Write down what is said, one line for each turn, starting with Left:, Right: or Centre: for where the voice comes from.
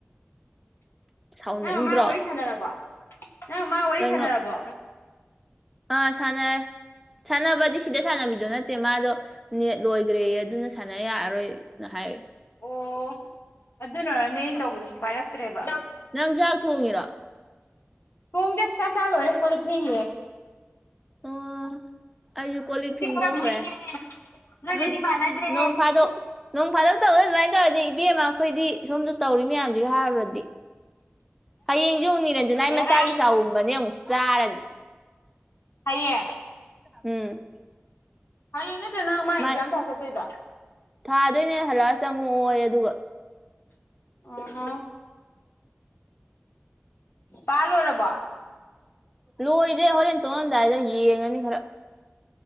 Centre: ꯁꯥꯎꯅꯤꯡꯗ꯭ꯔꯣ
Left: ꯅꯪ ꯃꯥꯥ ꯑꯣꯏꯔꯤ ꯁꯥꯟꯅ ꯅꯕ <unintelligible> ꯅ ꯃꯥꯥ ꯑꯣꯏꯔꯤꯁꯅꯔꯔꯕ
Centre: ꯀꯩꯅꯣ ꯑꯥ ꯁꯥꯟꯅꯔꯦ ꯁꯥꯟꯅꯕꯗꯤ ꯁꯤꯗ ꯁꯥꯟꯅꯕꯤꯗꯣ ꯅꯠꯇꯦ ꯃꯥꯗꯣ ꯅꯦꯠ ꯂꯣꯏꯗ꯭ꯔꯦ ꯑꯗꯨꯅ ꯁꯥꯟꯅ ꯌꯥꯔꯔꯣꯏꯅ ꯍꯥꯏ
Left: ꯑꯣ ꯑꯗꯨꯅꯔꯅꯦ ꯇꯧꯕꯗꯨꯁꯨ ꯄꯥꯏꯔꯛꯇ꯭ꯔꯦꯕ
Centre: ꯅꯪ ꯆꯥꯛ ꯊꯣꯡꯉꯤꯔꯣ
Left: ꯇꯨꯡꯒꯦ ꯆ ꯆꯂꯣꯔꯦ ꯀꯣꯂꯤ ꯐꯦꯡꯦ
Centre: ꯑꯣ ꯑꯩꯁꯨ ꯀꯣꯜ ꯂꯤꯛ ꯐꯦꯡꯗꯣꯛꯈ꯭ꯔꯦ
Left: ꯈꯔ ꯅꯩꯔꯦꯍꯦ ꯅꯣꯏꯒꯗꯤ
Centre: ꯎꯝ
Left: ꯃꯥꯟꯅꯗ꯭ꯔꯦꯍꯦ
Centre: ꯅꯣꯡ ꯐꯥꯗꯣꯛ ꯅꯣꯡ ꯐꯥꯗꯣꯛ ꯇꯧ ꯑꯗꯨꯃꯥꯏꯅ ꯇꯧꯔꯗꯤ ꯏꯕꯦꯝꯃ ꯑꯩꯈꯣꯏꯗꯤ ꯁꯣꯝꯗ ꯇꯧꯔꯤ ꯃꯌꯥꯝꯁꯤ ꯍꯥꯏꯔꯨꯔꯗꯤ ꯍꯌꯦꯡ ꯌꯡꯨꯅꯤꯔꯦꯟꯗꯨꯅ ꯑꯩ
Left: ꯍꯦꯔꯥ
Centre: ꯃꯆꯥꯒꯤ ꯆꯥꯎꯎꯕꯅꯦ ꯑꯃꯨꯛꯁ ꯆꯥꯔꯅꯤ
Left: ꯍꯥꯏꯌꯦ
Centre: ꯎꯝ
Left: ꯍꯥꯏꯌꯦꯡꯅꯦ ꯅꯪ ꯃꯥ
Centre: ꯃꯥꯏ
Left: ꯑꯦꯛꯖꯥꯝ ꯊꯥ ꯆꯠꯇꯣꯏꯗꯣ
Centre: ꯊꯥꯗꯣꯏꯅꯦ ꯍꯜꯂꯛꯑ ꯑꯣ ꯍꯣ ꯏ ꯑꯗꯨꯒ
Left: ꯑꯣꯣ ꯄꯥ ꯂꯣꯏꯔꯕꯣ
Centre: ꯂꯣꯏꯗꯦ ꯍꯣꯔꯦꯟ ꯇꯣꯛꯉꯝꯗꯥꯏꯗ ꯌꯦꯡꯉꯅꯤ ꯈꯔ